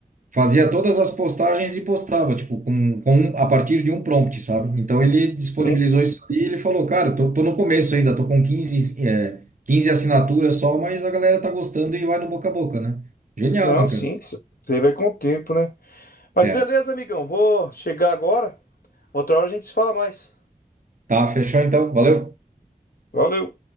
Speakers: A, on the right (about 60°); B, on the left (about 75°).
A: Fazia todas as postagens e postava, tipo, com, com, a partir de um prompt, sabe? Então ele disponibilizou
B: Sim.
A: isso ali e ele falou, cara, tô, tô no começo ainda, tô com quinze é, 15 assinaturas só, mas a galera tá gostando e vai no boca a boca, né? Genial,
B: Não,
A: né,
B: sim,
A: cara?
B: isso aí vai com o tempo, né? Mas
A: É.
B: beleza, amigão, vou chegar agora. Outra hora a gente se fala mais.
A: Tá, fechou então. Valeu.
B: Valeu.